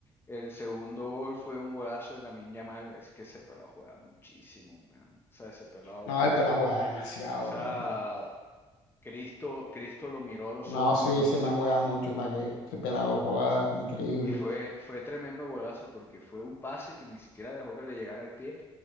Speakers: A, on the left; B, on the left.
A: El segundo gol fue un golazo de Lamine Yamal. Es que ese pelado juega muchísimo, mano. O sea, ese pelado.
B: No, el pelado juega demasiado,
A: O sea,
B: men.
A: Cristo, Cristo lo miró a los
B: No,
A: ojos
B: sí,
A: cuando
B: ese
A: nació.
B: man juega mucho, ¿para qué? Ese pelado juega increíble.
A: Y fue, fue tremendo golazo porque fue un pase que ni siquiera dejó que le llegara al pie